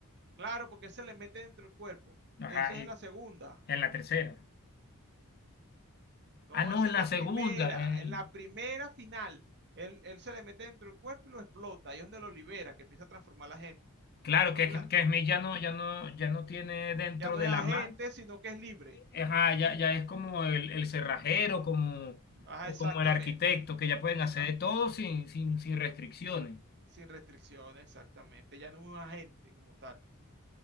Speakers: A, on the right; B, on the left.
A: Claro, porque él se le mete dentro del cuerpo.
B: Ajá,
A: Esa es
B: y
A: en la segunda.
B: en la tercera.
A: No,
B: Ah, no,
A: esa
B: en
A: es en
B: la
A: la
B: segunda.
A: primera,
B: eh,
A: en la primera final. Él, él se le mete dentro del cuerpo y lo explota. Ahí es donde lo libera, que empieza a transformar a la gente.
B: Claro,
A: En
B: que,
A: la,
B: que Smith ya no, ya no, ya no tiene dentro
A: ya no
B: de
A: es agente,
B: la mano.
A: sino que es libre.
B: Ajá, ya, ya es como el, el cerrajero, como,
A: Ajá,
B: o
A: exactamente.
B: como el arquitecto, que ya pueden hacer
A: Ajá.
B: de todo sin, sin, sin restricciones.
A: Sin restricciones, exactamente. Ya no es un agente como tal.